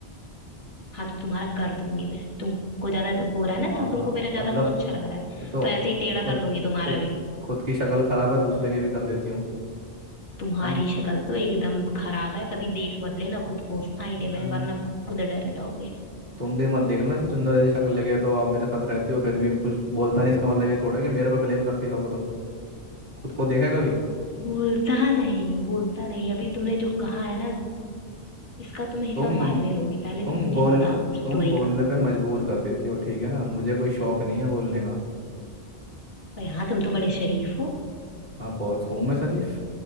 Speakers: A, on the left; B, on the right.
A: हाँ तो तुम्हारा कर दूंगी मैं तुमको ज्यादा हो रहा है ना
B: हाँ
A: तो तुमको मेरा ज्यादा
B: मतलब
A: मुंह अच्छा लग रहा है
B: मैं तो
A: तो ऐसे ही टेढ़ा
B: खुद
A: कर दूंगी तुम्हारा
B: खुद
A: भी
B: खुद की शक्ल खराब है दूसरे के भी कर देती हूँ
A: तुम्हारी
B: है
A: शक्ल तो एकदम खराब है कभी देख मत लेना खुद को उस आईने
B: ना
A: में वरना खुद डर जाओगे
B: तुम भी मत देखना चुंदर जैसी शक्ल लेके तो आप मेरे साथ रहती हो फिर भी कुछ बोलता नहीं इसका मतलब ये थोड़ा है कि मेरे पर ब्लेम करती रहोगे तुम खुद को देखा है कभी
A: बोलता नहीं बोलता नहीं अभी तुमने जो कहा है ना इसका तो मैं हिसाब
B: तुम
A: बाद में लूंगी पहले
B: तुम
A: तुम मुझे
B: बोल
A: बताओ उस
B: तुम
A: स्टोरी
B: बोलने
A: का
B: पे मजबूर कर देती हो ठीक है ना मुझे कोई शौक नहीं है बोलने का
A: पर हाँ तुम तो बड़े शरीफ हो
B: आप बहुत हूँ मैं शरीफ